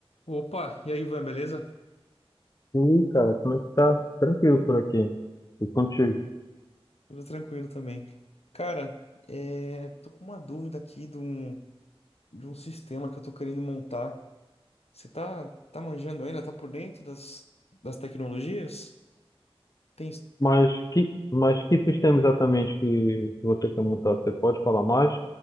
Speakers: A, on the left; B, on the left.
A: Opa, e aí, Ivan, beleza?
B: E aí, cara, como é que tá? Tranquilo por aqui. E contigo.
A: Tudo tranquilo também. Cara, é, tô com uma dúvida aqui de um, de um sistema que eu tô querendo montar. Você tá, tá manjando ainda? Tá por dentro das, das tecnologias? Tem...
B: Mas que, mas que sistema exatamente que você quer montar? Você pode falar mais?